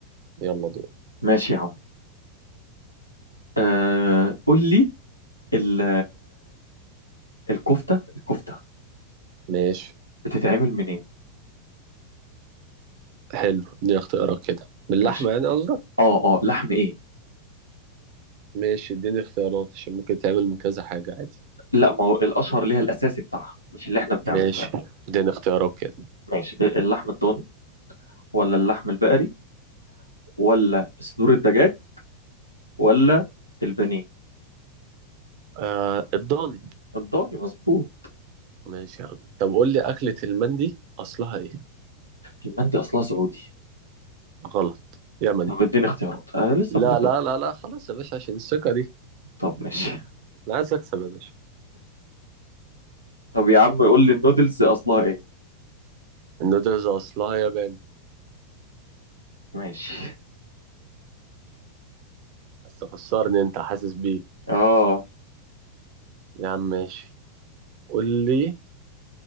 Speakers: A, on the right (about 45°); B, on the left (about 90°).
A: يلا دور
B: ماشي يا عم آه قول لي ال- الكفتة الكفتة
A: ماشي
B: بتتعمل منين
A: حلو اديني اختيارات كده من اللحمة
B: ماشي
A: يعني قصدك
B: اه اه لحم ايه
A: ماشي اديني اختيارات عشان ممكن تعمل من كذا حاجة عادي
B: لا ما هو الاشهر ليها الاساسي بتاعها مش اللي احنا بنعمله
A: ماشي
B: فاهم
A: اديني اختيارات كده
B: ماشي اللحم الضاني ولا اللحم البقري ولا صدور الدجاج ولا البانيه
A: آه الضاني
B: الضاني مظبوط
A: ماشي يا عم طب قول لي أكلة المندي أصلها ايه
B: المندي اصلها سعودي
A: غلط يمني
B: طب اديني اختيارات انا لسه
A: لا
B: بقول
A: لا
B: لك
A: لا لا خلاص يا باشا عشان الثقة دي
B: طب ماشي
A: أنا عايز أكسب يا باشا
B: طب يا عم قول لي النودلز اصلها ايه
A: النودلز أصلها ياباني
B: ماشي
A: بس تخسرني أنت حاسس بيه
B: اه
A: يا عم ماشي قول لي